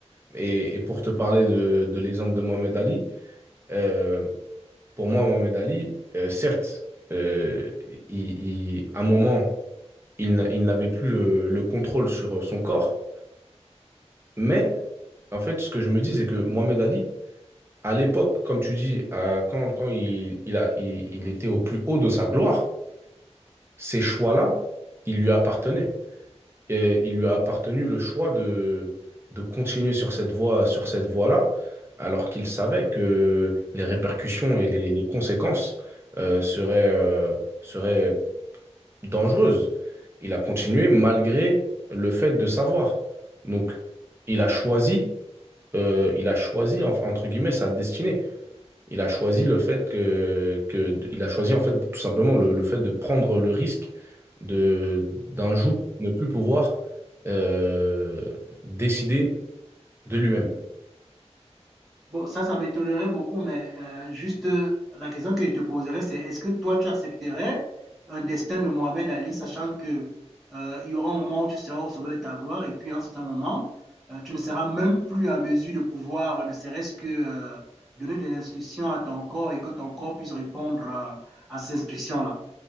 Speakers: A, on the right; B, in the centre.
A: Et, et pour te parler de, de l'exemple de Mohamed Ali, euh, pour moi, Mohamed Ali, euh, certes, euh, il- il- à un moment, il, n'a- il n'avait plus le le contrôle sur euh, son corps. Mais en fait, ce que je me dis, c'est que Mohamed Ali, à l'époque, comme tu dis, euh, quand, quand il, il a, il, il était au plus haut de sa gloire, ces choix-là, ils lui appartenaient. Et il lui a appartenu le choix de, de continuer sur cette voie, sur cette voie-là, alors qu'il savait que les répercussions et les, les conséquences euh, seraient, euh, seraient dangereuses. Il a continué malgré le fait de savoir. Donc, il a choisi euh, il a choisi en- entre guillemets sa destinée. Il a choisi le fait que, que il a choisi en fait tout simplement le, le fait de prendre le risque de d'un jour ne plus pouvoir euh, décider de lui-même.
B: Bon, ça, ça m'étonnerait beaucoup, mais euh, juste euh, la question que je te poserais, c'est est-ce que toi, tu accepterais un destin de Mohamed Ali, sachant que euh, il y aura un moment où tu seras au sommet de ta gloire, et puis à un certain moment, euh, tu ne seras même plus en mesure de pouvoir, ne serait-ce que euh, donner des instructions à ton corps et que ton corps puisse répondre euh, à ces instructions-là.